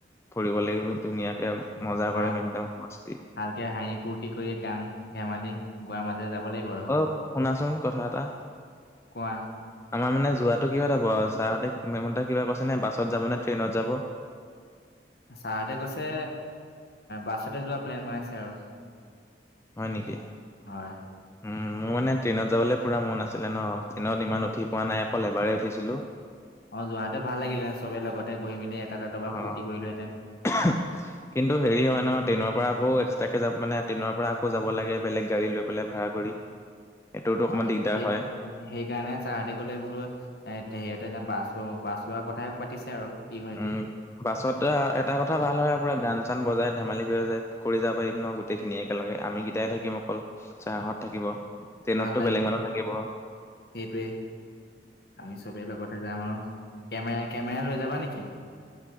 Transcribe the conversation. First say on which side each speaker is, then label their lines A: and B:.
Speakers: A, on the left; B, on the left.
A: ফুৰিব লাগিব ধুনীয়াকে মজা
B: ভাল
A: কৰিম একদম মস্তি
B: ভালকে হাঁহি ফূৰ্তি কৰি গান ধেমালি গোৱাৰ মাজেৰে যাব লাগিব আৰু
A: অ', শুনাচোন কথা এটা
B: কোৱা
A: আমাৰ মানে যোৱাটো কিহত হব ছাৰহতে মেমহতে কিবা কৈছে নে বাছত যাব নে ট্ৰেইনত যাব
B: ছাৰহতে কৈছে বাছতে যোৱা প্লেন বনাইছে আৰু
A: হয় নেকি
B: হয়
A: উম মোৰ মানে ট্ৰেইনত যাবলে পুৰা মন আছিলে ন ট্ৰেইনত ইমান উঠি পোৱা নাই অকল এবাৰে উঠিছিলো
B: অ যোৱাহতে ভাল লাগিলহেতেন চবে লগতে বহি মেলি এটা এটা ডবাৰ
A: অ',
B: ফুৰ্তি কৰিলোহেঁতেন
A: <unintelligible> কিন্তু হেৰি হয় ন ট্ৰেইনৰ পৰা আকৌ একস্তাকে যাব মানে ট্ৰেইনৰ পৰা আকৌ যাব লাগে বেলেগ গাড়ী লৈ পেলাই ভাড়া কৰি সেইটোতো অকমান
B: আচ্ছা
A: দিগদাৰ
B: সেইটো
A: হয়,
B: সেইকাৰণে ছাৰহতে কলে বোলো এ হেৰিতে যে বাছ ল বাছ লোৱাৰ কথাই পাতিছে আৰু কি হয় এতিয়া
A: উম বাছতে এটা কথা ভাল হয় আৰু পুৰা গান চান বজাই ধেমালি কৰি যায় কৰি যাব পাৰিম ন গোট গোটেইখিনি একেলগে আমি গিটাই থাকিম অকল চাৰ-হঁত থাকিব ট্ৰেইনতটো
B: ভাল লাগিব
A: বেলেগ মানুহ থাকিব
B: সেইটোৱে আমি চবে লগতে যাম আৰু কেমেৰা কেমেৰা লৈ যাবা নেকি